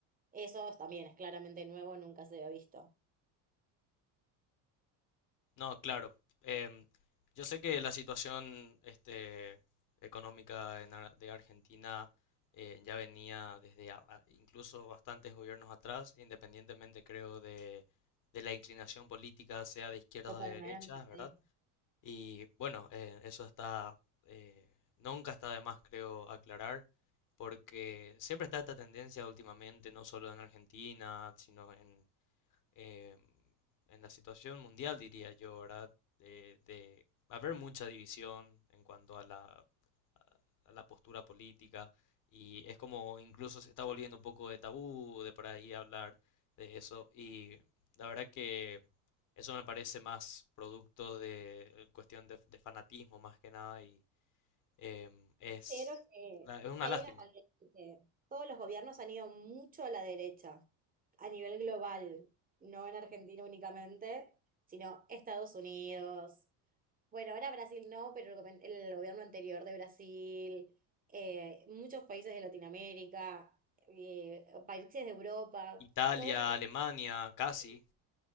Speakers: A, on the right; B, on the left.
A: Eso también es claramente nuevo, nunca se había visto.
B: No, claro. Em, yo sé que la situación este, económica en Ar- de Argentina eh, ya venía desde a- a- incluso bastantes gobiernos atrás, independientemente creo de, de la inclinación política, sea de izquierdas
A: Totalmente,
B: o de derechas, ¿verdad?
A: sí.
B: Y bueno, eh, eso está, eh, nunca está de más, creo, aclarar, porque siempre está esta tendencia últimamente, no solo en Argentina, sino en eh, en la situación mundial, diría yo, ¿verdad? De, de haber mucha división en cuanto a la, a la postura política y es como incluso se está volviendo un poco de tabú de por ahí hablar de eso y la verdad que eso me parece más producto de cuestión de, de fanatismo más que nada y em, es,
A: Considero que,
B: la- es una
A: que
B: Sí.
A: hay
B: lástima.
A: una realidad que todos los gobiernos han ido mucho a la derecha, a nivel global, no en Argentina únicamente, sino Estados Unidos. Bueno, ahora Brasil no, pero el, gobe- el gobierno anterior de Brasil, eh, muchos países de Latinoamérica, eh, países de Europa,
B: Italia,
A: todos están
B: Alemania, casi.